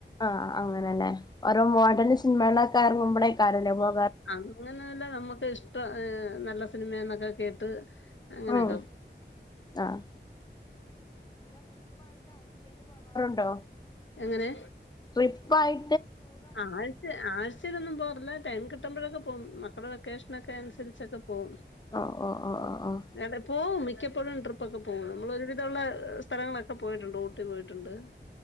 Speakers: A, on the left; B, on the left.
A: ആഹ് അങ്ങനെന്നേ ഓരോ മോഡേൺ സിനിമകളക്കെ അർങ്ങുമ്പളയ്ക്കാരല്ലേ പൊ
B: അങ്ങനെല്ല നമുക്ക് ഇഷ്ടം ഏഹ് നല്ല സിനിമ എന്നൊക്കെ കേട്ട് അങ്ങനൊക്കെ
A: ഉം ആഹ് ണ്ടോ
B: എങ്ങനെ
A: ട്രിപ്പ് ആയി
B: അഹ് ആഴ്ച ആഴ്ച് ച്ചിലൊന്നും പോർല്ല ടൈം കിട്ടുമ്പഴൊക്കെ പോവും മക്കളെ വേക്കേഷനക്കെ അനുസരിച്ചക്കെ പോവും
A: ഓഹ് ഓഹ് ഓഹ് ഓഹ് ഓഹ്
B: അത് പോവും മി മിക്കപ്പൊഴും ട്രി പ്പോക്കെ പോകും നമ്മൾ ഒരു വിധമുള്ള സ്ഥലങ്ങളൊക്കെ പോയിട്ടുണ്ട് ഊട്ടി പോയിട്ടുണ്ട്